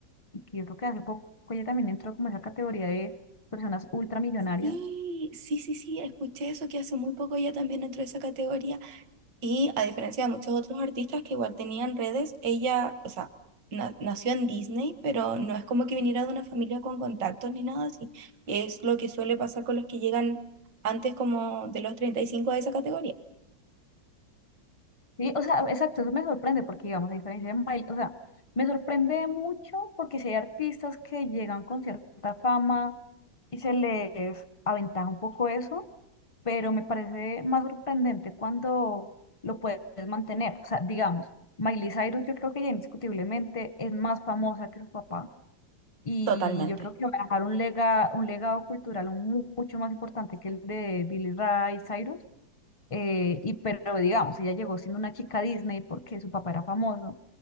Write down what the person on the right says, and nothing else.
Sí, sí, sí, sí, escuché eso, que hace muy poco ella también entró a esa categoría y a diferencia de muchos otros artistas que igual tenían redes, ella, o sea, na- nació en Disney, pero no es como que viniera de una familia con contactos ni nada así. Es lo que suele pasar con los que llegan antes como de los treinta y cinco a esa categoría.
Totalmente.